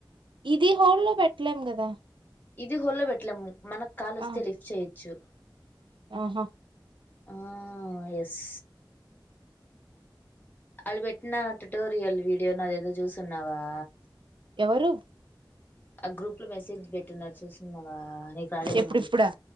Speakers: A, on the right; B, on the left.
A: ఇది హోల్ల్లో పెట్టలేం గదా
B: ఇది హోల్ళబెట్లము మనకు కాల్ వస్తే
A: ఆ
B: లిఫ్ట్ చేయొచ్చు
A: ఆహా
B: ఆ ఎస్ అళ్ పెట్టిన ్యూటోరియల్ వీ ఉన్నాది ఏదో జూస్ ఉన్నావా
A: ఎవరు
B: ఆ గ్రూప్ లో మెసేజ్ పెట్టిన్నారు చూస్తున్నావా నీ కాలేజ్
A: ఎప్పుడు
B: అమ్మది
A: ఇప్పుడా